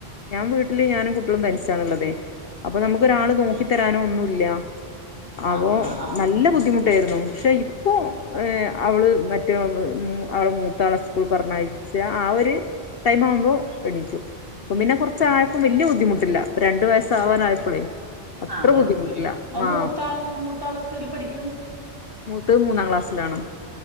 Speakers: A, on the left; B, on the right.
A: ഞാം വീട്ട്ല് ഞാനും കുട്ട്യാേളും തനിച്ചാണ്ള്ളെ ത് അപ്പൊ നമുക്ക് ഒരാള് നോക്കി തരാനോ ഒന്നുല്ല്യാ ആവോ
B: ആണ് ആ ആ ആ
A: നല്ല ബുദ്ധിമു ട്ടേര്ന്നു ക്ഷെ ഇപ്പോ ഏഹ് അവള് മറ്റേ ഉം അവളെ മൂത്താളെ സ്കൂൾ പർഞ്ഞയ് ച്ച് ആ ഒര് ടൈമാവുമ്പോ എണീച്ചും ഇപ്പം പിന്നെ കൊർച്ചായപ്പം വെല്ല്യ ബുദ്ധിമുട്ടില്ല ഇപ്പ രണ്ട് വയസ്സാവാനായപ്പളേ അത്ര
B: ആഹ് കൊഴുപ്പൂല്ല
A: ബുദ്ധിമുട്ടില്ല
B: അപ്പൊ
A: ആ
B: മൂത്താള് മൂത്താളെത്രേല് പഠിക്ക്ണ്
A: മൂത്തെത് മൂന്നാം ക്ലാസ്സ്ലാണ്